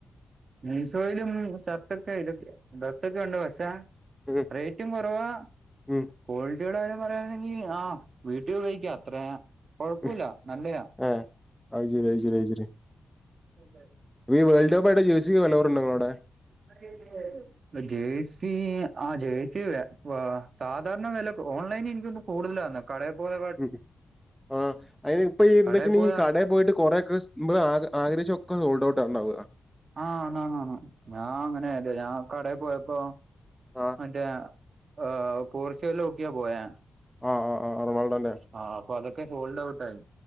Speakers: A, on the right; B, in the centre.
A: മീശോയിലും ഷർട്ട്ഷർട്ടൊക്കെയുണ്ട് പക്ഷേ
B: ഉം
A: റേറ്റും കുറവാ
B: ഉം
A: ക്വാളിറ്റിയുടെ കാര്യം പറയാണെങ്കിൽ ആ വീട്ടിൽ ഉപയോഗിക്കാ അത്ര കുഴപ്പമില്ല
B: ഉം
A: നല്ലതാ
B: ഏഹ് അത് ശരി അത് ശരി അത് ശരി
A: ഒക്കെ
B: ഈ വേൾ്ഡ്കപ്പായിട്ട ജേഴ്സിക്ക് വില കുറവുണ്ടോ അവിടെ
A: <inaudible> ജേഴ്സി ആ ജേഴ്സി സാധാരണ വില ഓൺലൈനി എനിക്കൊന്ന് കൂടുതലാന്ന കട പോയ
B: ഉം ആ് അതിന് ഇപ്പൊ എന്താ
A: കടയിൽ
B: വെച്ചിട്ടുണ്ടെങ്കിൽ
A: പോയ
B: കടയ പോയിട്ട് കൊറെക്കെ മ്പ് ആ ആഗ്രഹിച്ചൊക്കെ റോൾഡ ഔട്ടണ്ടാവുക
A: ആഹ് ആന്ന് ആന്ന് ആന്ന്ഞാൻ അങ്ങനെല്ല ഞാൻ കടയിൽ പോയപ്പോ
B: ആഹ്
A: മറ്റ ഏഹ് പോർച്ചുഗലോക്കിയാ പോയാ
B: ആ ആ ആ റൊണാൾഡോ അല്ലേ
A: ആ് അപ്പൊ അതൊക്കെ സോൾഡ് ഔട്ട് ആയി